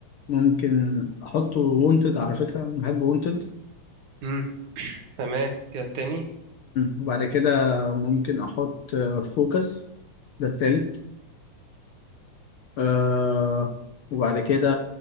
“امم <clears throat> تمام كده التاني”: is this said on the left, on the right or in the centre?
Right